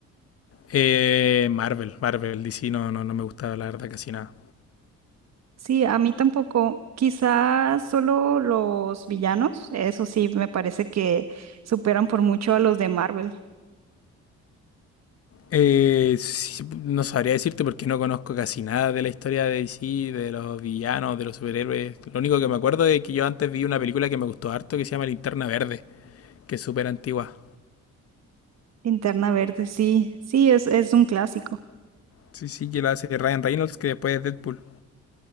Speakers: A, on the left; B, on the right.
A: Eh, Marvel, Marvel, DC no, no, no me gusta la verdad casi nada.
B: Sí, a mí tampoco. Quizás solo los villanos, eso sí, me parece que superan por mucho a los de Marvel.
A: Eh, sí, no sabría decirte porque no conozco casi nada de la historia de DC, de los villanos, de los superhéroes. Lo único que me acuerdo es que yo antes vi una película que me gustó harto que se llama Linterna Verde, que es súper antigua.
B: Linterna Verde, sí, sí, es, es un clásico.
A: Sí, sí, que la hace Ryan Reynolds, que después es Deadpool.